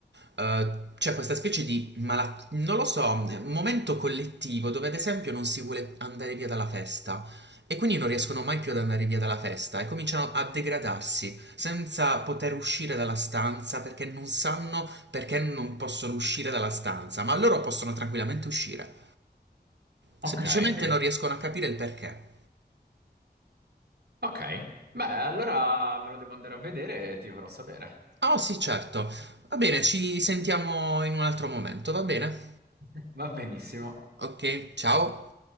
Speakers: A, on the right; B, on the right.
A: eh, c'è questa specie di malattia non lo so, un momento collettivo dove ad esempio non si vuole andare via dalla festa e quindi non riescono mai più ad andare via dalla festa e cominciano a degradarsi senza poter uscire dalla stanza perché non sanno perché non possono uscire dalla stanza, ma loro possono tranquillamente uscire.
B: Ok,
A: Semplicemente perché? non riescono a capire il perché.
B: ok. Beh, allora me lo devo andare a vedere e ti farò sapere.
A: Oh sì, certo. Va bene, ci sentiamo in un altro momento, va bene?
B: <laughs> Va benissimo.
A: Ok, ciao.